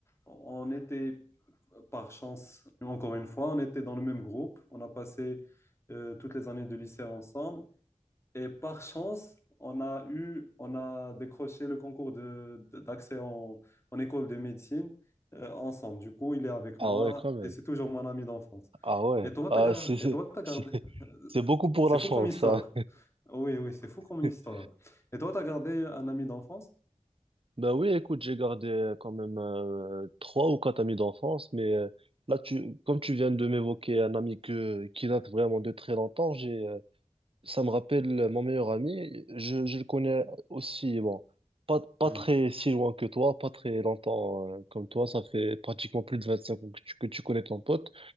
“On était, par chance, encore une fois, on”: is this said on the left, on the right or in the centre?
Left